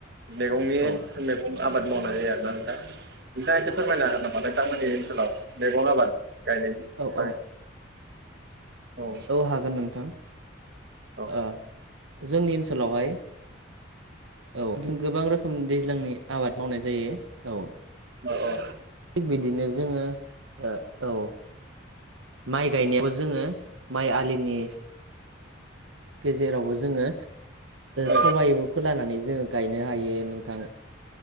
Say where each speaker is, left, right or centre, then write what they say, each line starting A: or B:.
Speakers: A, on the right; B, on the right.
A: मैगंनि
B: औ
A: मैगं आबाद मावनाय जायो आरो ना नोंथां नोंथाङा एसे फोरमायना हो नामा नोंथां मोननि ओनसोलाव आबाद गायनाय
B: औ
A: आरो
B: औ
A: औ
B: हागोन नोंथां
A: औ
B: ओ जोंनि ओनसोलावहाय औ बि गोबां रोखोमनि दैज्लांनि आबाद मावनाय जायो औ
A: अ औ
B: थिग बिदिनो जोङो औ माइ गायनायावबो जोङो माइ आलिनि गेजेरावबो जोङो
A: औ
B: सबायबो फोलानानै जोङो गायनो हायो नोंथां